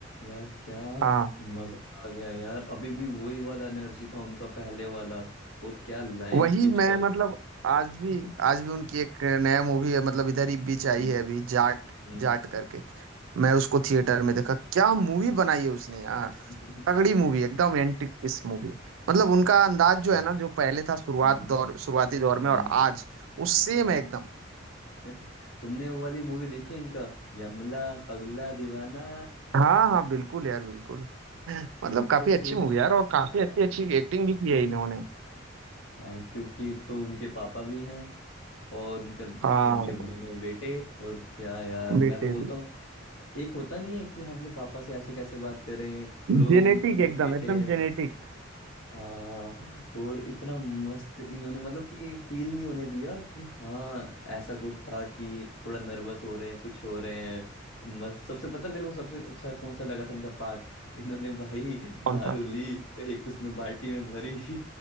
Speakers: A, on the left (about 85°); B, on the right (about 80°).
A: यार क्या
B: हाँ
A: मजा आ गया यार अभी भी वही वाला एनर्जी था उनका पहले वाला और क्या लाइंस
B: वही
A: पिच कर
B: मैं
A: रहे
B: मतलब आज भी
A: थे <laughs>
B: आज भी उनकी एक नया मूवी है मतलब इधर ही बीच
A: हम्म,
B: आई है अभी जाट
A: हम्म,
B: जाट करके मैं उसको थिएटर में देखा क्या मूवी बनाई है उसने यार
A: हम्म।
B: तगड़ी मूवी एकदम एंटिक किस मूवी मतलब उनका अंदाज
A: <laughs> हाँ,
B: जो है ना जो पहले था शुरुआत
A: हम्म,
B: दौर शुरुआती दौर
A: हम्म,
B: में और आज
A: हम्म।
B: उस सेम है एकदम
A: <laughs> तुमने वो वाली मूवी देखी है इनका यमला पगला दीवाना
B: हाँ हाँ बिल्कुल यार बिल्कुल मतलब
A: <laughs> ऊपर
B: काफी
A: से
B: अच्छी मूवी यार और काफी
A: आ,
B: अच्छी अच्छी एक्टिंग भी की
A: <laughs>
B: है इन्होंने
A: हाँ क्योंकि एक तो उनके पापा भी हैं और उनका
B: हाँ
A: उनके दोनों बेटे और क्या यार मैं
B: बेटे
A: तो बोलता
B: भी
A: हूँ सोच एक होता नहीं है कि हम अपने पापा से ऐसे कैसे बात करें और वो
B: जेनेटिक
A: उन- उनके
B: एकदम
A: बेटे
B: एकदम जेनेटिक
A: हाँ और इतना मस्त इन्होंने मतलब कि फील नहीं होने दिया कि हाँ ऐसा कुछ था कि थोड़ा नर्वस हो रहे हैं कुछ हो रहे हैं मस्त सबसे पता मेरे को सबसे अच्छा कौन सा लगा था इनका पार्ट इन्होंने भाई
B: कौन
A: दारू
B: सा
A: ली एक उसमें बाल्टी में भरी